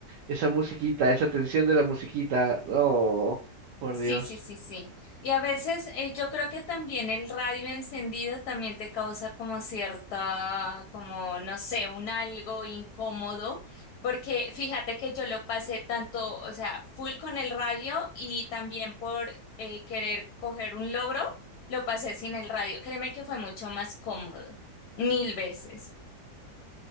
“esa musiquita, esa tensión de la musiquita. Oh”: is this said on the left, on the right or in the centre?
Right